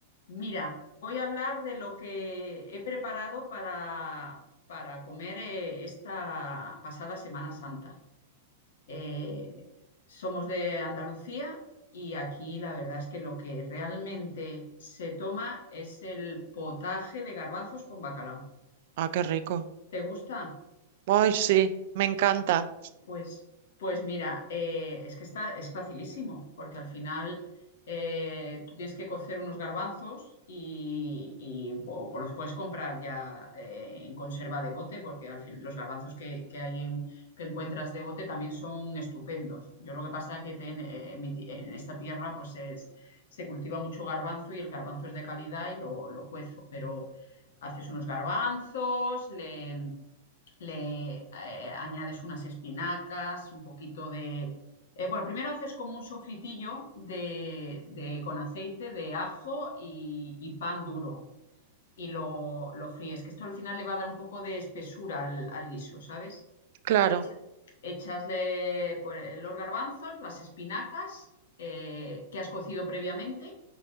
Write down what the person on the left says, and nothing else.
Mira, voy a hablar de lo que he preparado para, para comer eh, esta pasada Semana Santa. Eh, somos de Andalucía y aquí la verdad es que lo que realmente se toma es el potaje de garbanzos con bacalao.
¿Te gusta?
Pues, pues mira, eh, es que está, es facilísimo, porque al final eh, tú tienes que cocer unos garbanzos y, y, bo- bo- los puedes comprar ya eh, en conserva de bote, porque al fin los garbanzos que, que hay en- que encuentras de bote también son estupendos. Yo lo que pasa que ten- eh, en, mi ti- en esta tierra pues es- se cultiva mucho garbanzo y el garbanzo es de calidad y lo, lo cuezo, pero haces unos garbanzos, le le eh, añades unas espinacas, un poquito de... eh, bueno, primero haces como un sofritillo de, de- con aceite de ajo y, y pan duro y lo, lo fríes, que esto al final le va a dar un poco de espesura al, al guiso, ¿sabes?
Echa- echasle por los garbanzos, las espinacas eh, que has cocido previamente,